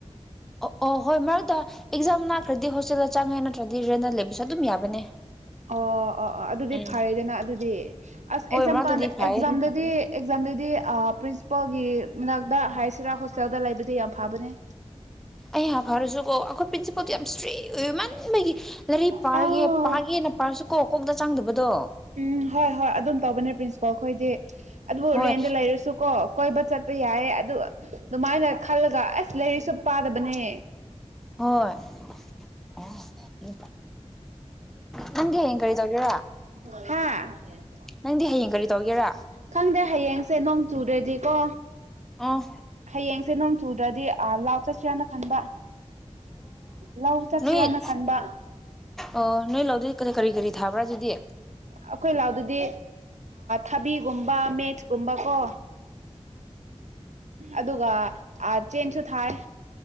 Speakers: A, in the centre; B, on the right.
A: ꯑꯣ ꯑꯣ ꯍꯣꯏ ꯃꯔꯛꯇ ꯑꯦꯛꯖꯥꯝ ꯅꯥꯈ꯭ꯔꯗꯤ ꯍꯣꯁꯇꯦꯜꯗ ꯆꯪꯉꯦ ꯅꯠꯇ꯭ꯔꯗꯤ ꯔꯦꯟꯗ ꯂꯩꯕꯁꯨ ꯑꯗꯨꯝ ꯌꯥꯕꯅꯦ
B: ꯑꯣ ꯑꯣ ꯑꯣ ꯑꯗꯨꯗꯤ
A: ꯎꯝ
B: ꯐꯔꯦꯗꯅ ꯑꯗꯨꯗꯤ ꯑꯁ
A: ꯍꯣꯏ
B: ꯑꯦꯛꯖꯥꯝ
A: ꯃꯔꯛꯇꯗꯤ
B: ꯀꯥꯟꯗ
A: ꯐꯩꯌꯦ
B: ꯑꯦꯛꯖꯥꯝꯗ ꯑꯗꯨꯗꯤ ꯑꯦꯛꯖꯥꯝꯗꯨꯗꯤ ꯄ꯭ꯔꯤꯟꯁꯤꯄꯜꯒꯤ ꯃꯅꯥꯛꯇ ꯍꯥꯏꯁꯤꯔꯥ ꯍꯣꯁꯇꯦꯜꯗ ꯂꯩꯕꯗꯤ ꯌꯥꯝ ꯐꯕꯅꯦ
A: ꯑꯩ ꯐꯔꯁꯨꯀꯣ ꯑꯩꯈꯣꯏ ꯄ꯭ꯔꯤꯟꯁꯤꯄꯜꯗꯨꯣ ꯌꯥꯝ ꯏꯁꯇꯦꯠ ꯑꯣꯏꯏꯌ ꯃꯥꯅ ꯕꯒꯤ ꯂꯩꯥꯏꯔꯤꯛ ꯄꯥꯔꯒꯦ
B: ꯑꯥꯎ
A: ꯄꯥꯒꯦꯅ ꯄꯥꯔꯁꯨ ꯀꯣ ꯀꯣꯛꯇ ꯆꯥꯡꯗꯕꯗꯣ
B: ꯎꯝ ꯍꯣꯏ ꯍꯣꯏ ꯑꯗꯨꯝ ꯇꯧꯕꯅꯦ ꯄ꯭ꯔꯤꯟꯁꯤꯄꯥꯜ ꯑꯩꯈꯣꯏꯗꯤ ꯑꯗꯨꯕꯨ
A: ꯍꯣꯏ
B: ꯔꯦꯟꯗ ꯂꯩꯔꯁꯨ ꯀꯣ ꯀꯣꯏꯕ ꯆꯠꯄ ꯌꯥꯏꯌꯦ ꯑꯗꯨ ꯑꯗꯨꯃꯥꯏꯅ ꯈꯜꯂꯒ ꯑꯁ ꯂꯥꯏꯔꯤꯛꯁꯨ ꯄꯥꯗꯕꯅꯦ
A: ꯍꯣꯏ ꯑꯗꯨ ꯅꯪꯗꯤ ꯍꯌ‌ꯦꯡ ꯆꯒ‌ꯦꯔ
B: ꯍꯥꯥ
A: ꯅꯪꯗꯤ ꯍꯌꯦꯡ ꯀꯔꯤ ꯇꯧꯒꯦꯔꯥ
B: ꯈꯪꯗ꯭ꯔꯦ ꯍꯌꯦꯡꯁꯦ ꯅꯣꯡ ꯆꯨꯔꯗꯤꯀꯣ
A: ꯑ‌ꯣ
B: ꯍꯌꯦꯡꯁꯦ ꯅꯣꯡ ꯆꯨꯗ꯭ꯔꯗꯤ ꯂꯥꯎ ꯆꯠꯁ꯭ꯔꯦꯅ ꯈꯟꯕ ꯂꯧ ꯆꯠꯁꯤꯔꯅ
A: ꯅꯣꯏ
B: ꯈꯟꯕ
A: ꯑꯣ ꯅꯣꯏ ꯂꯧꯗꯨꯗꯤ ꯀꯔꯤ ꯀꯔꯤ ꯊꯥꯕ꯭ꯔꯥ ꯑꯗꯨꯗꯤ
B: ꯑꯩꯈꯣꯏ ꯂꯥꯎꯗꯨꯗꯤ ꯊꯕꯤꯒꯨꯝꯕ ꯃꯦꯠꯀꯨꯝꯕꯀꯣ ꯑꯗꯨꯒ ꯑꯥ ꯆꯦꯟꯁꯨ ꯊꯥꯌꯦ